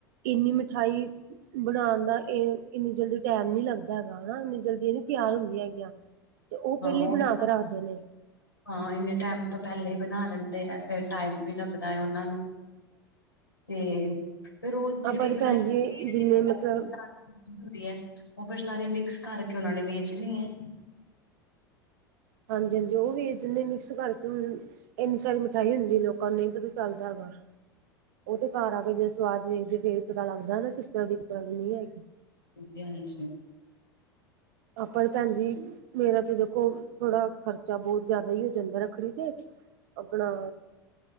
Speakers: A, on the right (about 55°); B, on the left (about 85°).
A: ਇੰਨੀ ਮਿਠਾਈ ਬਣਾਣ ਦਾ ਇਹ ਇੰਨੀ ਜਲਦੀ ਟਾਈਮ ਨੀ ਲੱਗਦਾ ਹੈਗਾ ਹਨਾ ਇੰਨੀ ਜਲਦੀ ਇਹਦੀ ਤਿਆਰ ਹੁੰਦੀਆਂ ਹੈਗੀਆਂ ਤੇ ਉਹ
B: ਹਾਂ
A: ਪਹਿਲੇ ਈ ਬਣਾ
B: ਵੀ
A: ਕੇ ਰਾਖਦੇ ਨੇ।
B: ਹਾਂ ਇੰਨੇ ਟਾਈਮ ਤੋਂ ਪਹਿਲੇ ਹੀ ਬਨਾ ਲੈਂਦੇ ਆ ਫੇਰ ਟਾਈਮ ਵੀ ਲੱਗਦਾ ਹੈ ਉਹਨਾਂ ਨੂੰ
A: <inaudible>
B: ਤੇ ਫੇਰ ਉਹ ਜਿਹੜੀ
A: ਆਪਾਂ ਤੇ
B: ਬਣਾਈ
A: ਭੈਣ
B: ਹੋਦੀ
A: ਜੀ ਜਿੰਨੇ
B: ਹੈ
A: ਮਤਲਬ
B: ਹੁੰਦੀ ਹੈ ਉਹ ਫੇਰ ਸਾਰੀ ਮਿਕਸ ਕਰਕੇ ਉਹਨਾਂ ਨੇ ਵੇਚਨੀ ਹੈ।
A: ਹਾਂਜੀ ਹਾਂਜੀ ਉਹ ਵੀ ਇਹਦੇ ਮਿਕਸ ਕਰਕੇ ਏਨੀ ਸਾਰੀ ਮਿਠਾਈ ਹੁੰਦੀ ਏ ਲੋਕਾਂ ਨੂੰ ਨਹੀਂ ਪਤਾ ਚਾਲਦਾ ਹੈਗਾ ਉਹ ਤੇ ਘਰ ਆ ਕੇ ਜਦੋਂ ਸਵਾਦ ਵੇਖਦੇ ਫੇਰ ਪਤਾ ਲੱਗਦਾ ਨਾ ਕਿਸ ਤਰ੍ਹਾਂ ਦੀ ਕਿਸ ਤਰ੍ਹਾਂ ਦੀ ਨਹੀਂ ਹੈਗੀ।
B: ਹਾਂਜੀ ਹਾਂਜੀ।
A: ਆਪਾਂ ਤੇ ਭੈਨ ਜੀ ਮੇਰਾ ਤੇ ਦੇਖੋ ਥੋੜਾ ਖ਼ਰਚਾ ਬਹੁਤ ਜ਼ਿਆਦਾ ਹੀ ਹੋ ਜਾਂਦਾ ਰੱਖੜੀ ਤੇ। ਅਪਣਾ